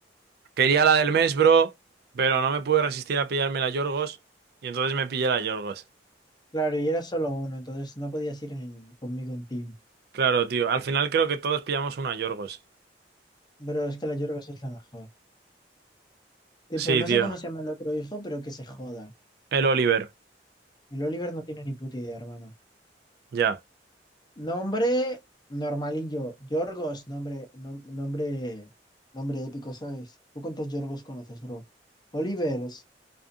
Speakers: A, on the right (about 60°); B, on the left (about 25°).
A: Quería la del mes, bro, pero no me pude resistir a pillarme la Yorgos y entonces me pillé la Yorgos.
B: Claro, y era solo uno, entonces no podías ir en- conmigo en team.
A: Claro, tío. Al final creo que todos pillamos una Yorgos.
B: Pero es que la Yorgos es la mejor. Tipo,
A: Sí,
B: no
A: tío.
B: sé cómo se llama el otro hijo, pero que se joda.
A: El Oliver.
B: El Oliver no tiene ni puta idea, hermano.
A: Ya.
B: Nombre normalillo. Yorgos, nombre, nom- nombre, nombre épico, ¿sabes? ¿Tú cuántos Yorgos conoces, bro? Olivers,